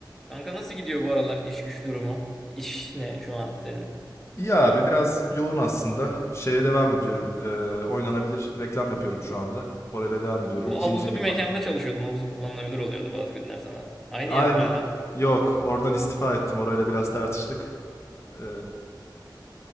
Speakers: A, in the centre; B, on the left.
A: Kanka nasıl gidiyor bu aralar iş güç durumu? İş ne şu an senin?
B: İyi abi biraz yoğun aslında. Şeye devam ediyorum. Ee, oynanabilir reklam yapıyorum şu anda. Orayla devam ediyorum.
A: Bu
B: İkinci
A: havuzlu
B: firma.
A: bir mekanda çalışıyordum. Havuzu kullanılabilir oluyordu bazı günler sana. Aynı
B: Aynen.
A: yer mi hala?
B: Yok, oradan istifa ettim. Orayla biraz tartıştık. Ee,